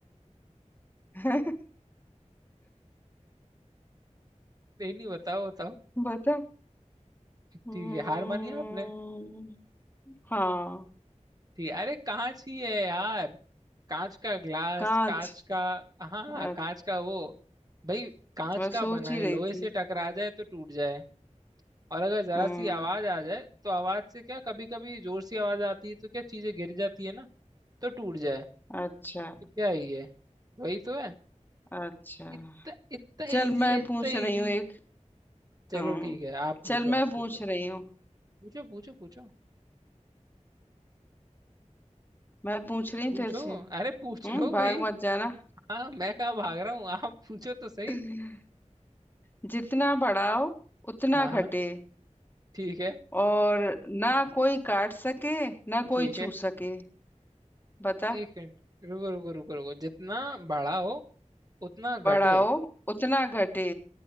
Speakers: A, on the left; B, on the right.
A: <laughs>
B: नहीं नहीं बताओ बताओ
A: बता हम्म
B: ठीक है हार मानी आपने
A: हाँ
B: ठीक है अरे कांच ही है यार कांच का ग्लास
A: कांच
B: कांच का हाँ हाँ
A: अच्छा
B: कांच का वो भाई कांच
A: मैं
B: का
A: सोच
B: बना
A: ही
B: है
A: रही
B: लोहे
A: थी
B: से टकरा जाए तो टूट जाए और अगर जरा
A: हम्म
B: सी आवाज आ जाए तो आवाज से क्या कभी कभी जोर से आवाज आती है तो क्या चीजें गिर जाती है ना तो टूट जाए
A: अच्छा
B: तो क्या ही है वही तो है
A: अच्छा
B: इतना इतना
A: चल
B: इजी
A: मैं
B: है इतना
A: पूछ रही
B: इजी
A: हूँ एक
B: चलो
A: हाँ
B: ठीक है आप पूछो
A: चल
B: आप
A: मैं पूछ
B: पूछो
A: रही हूँ
B: पूछो पूछो पूछो
A: मैं पूछ रही हूँ
B: पूछो
A: तेरे से
B: अरे पूछ
A: हम्म
B: लो
A: भाग
B: भाई
A: मत जाना
B: हाँ मैं कहाँ भाग रहा हूँ आप पूछो तो सही
A: <laughs> जितना बढ़ाओ उतना
B: हाँ
A: घटे
B: हाँ ठीक है
A: और ना कोई काट सके ना
B: ठीक
A: कोई
B: है
A: छू सके बता
B: एक मिनट रुको रुको रुको रुको जितना बड़ा हो उतना
A: बढ़ाओ
B: घटे
A: उतना घटे